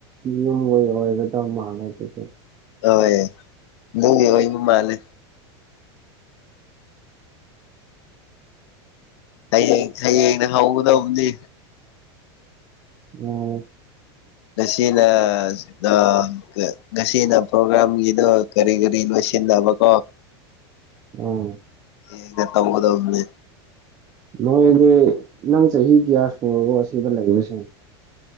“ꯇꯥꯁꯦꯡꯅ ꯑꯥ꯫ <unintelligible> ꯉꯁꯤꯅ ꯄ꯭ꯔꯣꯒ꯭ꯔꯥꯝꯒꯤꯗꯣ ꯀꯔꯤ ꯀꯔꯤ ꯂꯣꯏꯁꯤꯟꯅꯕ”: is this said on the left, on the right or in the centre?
Left